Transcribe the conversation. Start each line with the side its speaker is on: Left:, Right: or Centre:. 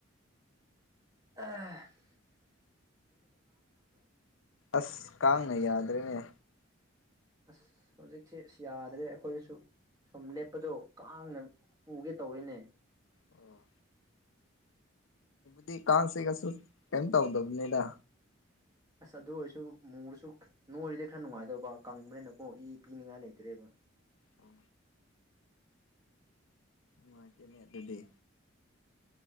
Right: ꯑ
Left: ꯑꯁ ꯀꯥꯉ ꯌꯥꯗ ꯇ꯭ꯔꯦꯅꯦ
Right: ꯑꯁ ꯍꯧꯖꯤꯛꯁꯦ ꯑꯁ ꯌꯥꯗ꯭ꯔꯦ ꯑꯩꯈꯣꯏꯗꯁꯨ ꯁꯨꯝ ꯂꯦꯞꯄꯗꯣ ꯀꯥꯡꯅ ꯄꯨꯒꯦ ꯇꯧꯔꯤꯅꯦ
Left: ꯑꯣ ꯗꯤ ꯀꯥꯡ ꯆꯤꯛꯑꯁꯨ ꯀꯩꯝ ꯇꯧꯗꯕꯅꯤꯗ
Right: ꯑꯁ ꯑꯗꯨ ꯑꯣꯏꯔꯁꯨ ꯃꯨꯕꯁꯨ ꯅꯣꯏꯔꯤꯗꯤꯩ ꯈꯔ ꯅꯨꯡꯉꯥꯏꯗꯧꯕ ꯀꯪꯕꯅꯤꯅꯀꯣ ꯏ ꯄꯤꯅꯤꯡꯉꯥꯏ ꯂꯩꯇ꯭ꯔꯦꯕ
Left: ꯑꯣ ꯃꯥꯇꯗꯤꯦ